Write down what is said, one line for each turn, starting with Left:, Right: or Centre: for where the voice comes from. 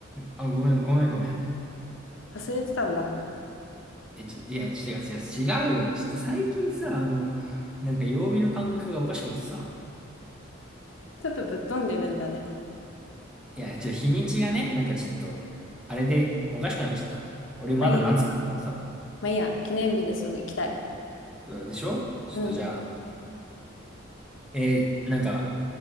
Centre: あ、ごめん、ごめん、ごめん。
Left: 忘れてたんだ。
Centre: え、ちょ、いや、ちょ違う違う、違うよ。ちょっと最近さ、あの、なんか曜日の感覚がおかしくてさ、
Left: ちょっとぶっ飛んでるんだね。
Centre: いや、ちょ、日にちがね、なんかちょっと、あれでおかしくなっちゃったの。俺まだ夏かと思ってたもん。
Left: まあいい。まあいいや、記念日でそう行きたい。
Centre: そうでしょちょっとじゃあ、
Left: うん。
Centre: えーなんか、